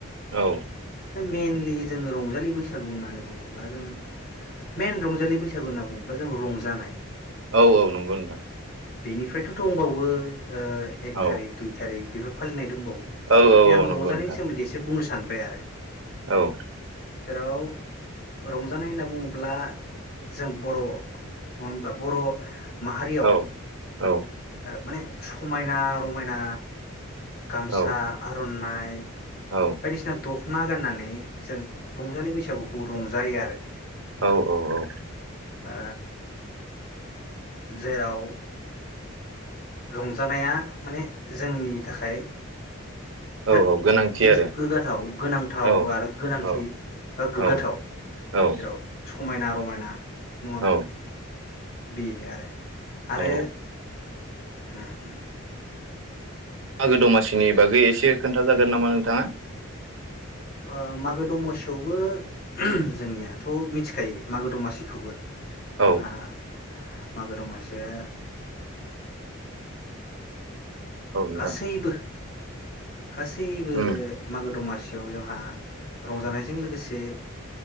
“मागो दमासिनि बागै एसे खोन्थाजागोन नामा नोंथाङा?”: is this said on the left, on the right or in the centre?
Right